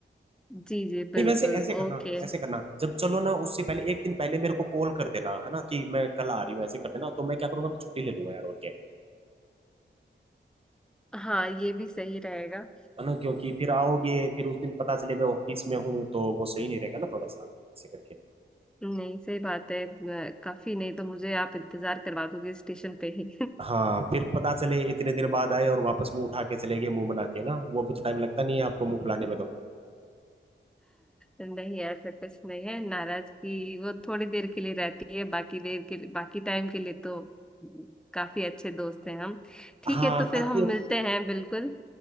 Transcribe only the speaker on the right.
नहीं वैसे ऐसे करना
ऐसे करना जब चलो ना उससे पहले एक दिन पहले मेरे को कॉल कर देना है ना कि मैं कल आ रही हूँ ऐसे कर देना तो मैं क्या करूंगा मैं छुट्टी ले लूंगा यार ओके
है ना क्योंकि फिर आओगे फिर उस दिन पता चले मैं ऑफिस में हूँ तो वो सही नहीं रहेगा ना थोड़ा सा ऐसे करके
हाँ फिर पता चले इतने दिन बाद आए और वापस मुंह उठा के चले गए मुंह बना के ना वो भी तो टाइम लगता नहीं है आपको मुंह फुलाने
में तो
हाँ
काफी